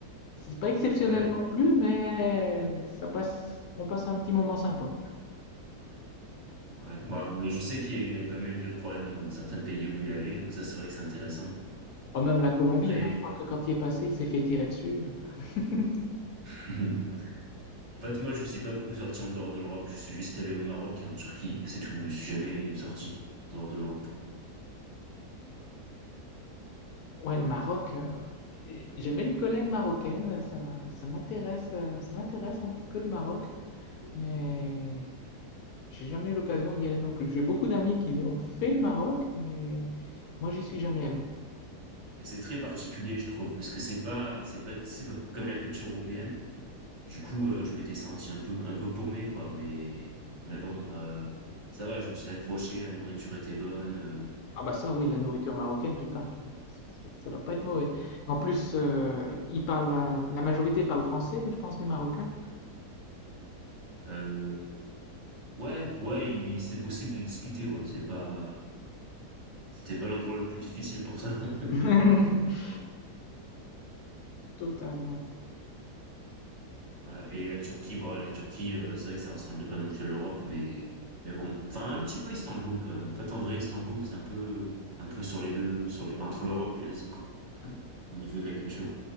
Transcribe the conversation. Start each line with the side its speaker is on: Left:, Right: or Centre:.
Left: c'est pas exceptionnel
Right: ouais.
Left: non plus, mais ça passe, on passe un petit moment sympa.
Right: Ouais. Bah, mais je sais qu'il a, il a eu pas mal de problèmes dans certains pays où il est allé, donc ça c'est vrai que c'est intéressant.
Left: Enfin, même la Colombie,
Right: Après,
Left: hein, je crois que quand il est passé, il s'est fait tirer dessus. euh. <laughs>
Right: <laughs> en fait moi je suis pas beaucoup sorti en dehors de l'Europe, je suis juste allé au Maroc et en Turquie, c'est tout. Je suis jamais sorti en dehors de l'Europe.
Left: Ouais, le Maroc, euh, et j'avais une collègue marocaine, ça, ça m'intéresse, euh, ça m'intéresse un petit peu le Maroc, et j'ai jamais eu l'occasion d'y aller non plus. J'ai beaucoup d'amis qui ont fait le Maroc, mais moi j'y suis jamais allé.
Right: Et c'est très particulier je trouve parce que c'est pas c'est pas c'est pas comme la culture européenne. Du coup euh, je m'étais senti un peu un peu paumé quoi, mais mais bon euh, ça va, je me suis accroché, la nourriture était bonne. euh,
Left: Ah bah ça oui, la
Right: euh,
Left: nourriture marocaine, tu parles, ça, ça doit pas être mauvais. En plus, euh, ils parlent la, la majorité parle français, je pense, des Marocains.
Right: euh, ouais ouais, il- c'est possible de discuter ouais, c'est pas C'était pas l'endroit le plus difficile pour ça. <laughs>
Left: <laughs> Totalement.
Right: Ouais, et la Turquie, bon, la Turquie, euh, c'est vrai que ça ressemblait pas non plus à l'Europe, mais mais bon, enfin un petit peu Istanbul quand même. En fait, en vrai, Istanbul, c'est un peu un peu sur les deux, sur les entre l'Europe et l'Asie quoi,
Left: ouais.
Right: au niveau de la culture.